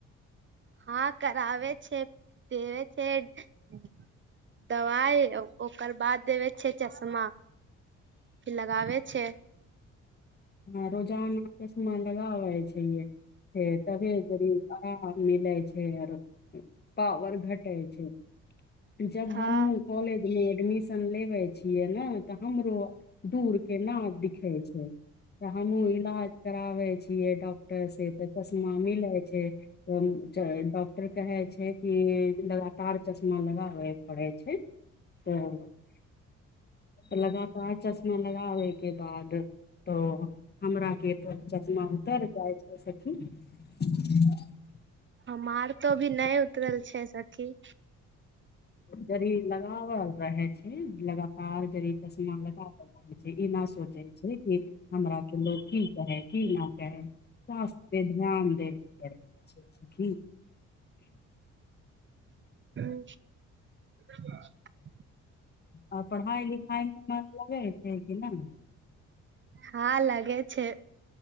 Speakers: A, on the right; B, on the left.
A: हाँ कराबे छै <unintelligible> दवाइ ओ- ओकर बाद देवे छै चश्मा फिर लगाबै छै
B: हाँ रोजाना चश्मा लगाबै छैेलियै फेर तभे जरि हाँ मिल छै आरों पावर घटै छै जब
A: हँ
B: हम उ-कॉलेज एडमिशन लेबै छियै न तऽ हमरो दूर के ना दिखै छै तऽ हमहूँ इलाज कराबै छियै डॉक्टरसे तऽ चश्मा मिलै छै तऽ च-डॉक्टर कहै छै कि लगातार चश्मा लगाबैय पड़ै छै तऽ तऽ लगातार चश्मा लगाबै के बाद तो हमराके तो चश्मा उतैर जाइ छै से <unintelligible>
A: हमार तो अभी नहि उतरल छै सखी
B: जरि लगावल रहै छै लगातार जरि चश्मा लगावल रहै छै ई न सोचे छै की हमरा के लोग की कहै की ना चाहे स्वास्थ्यपे ध्यान दै पड़ै छै सखी
A: <unintelligible> <unintelligible>
B: आ पढ़ाइ लिखाइमे मन लागै छै की नहि
A: हाँ लागे छै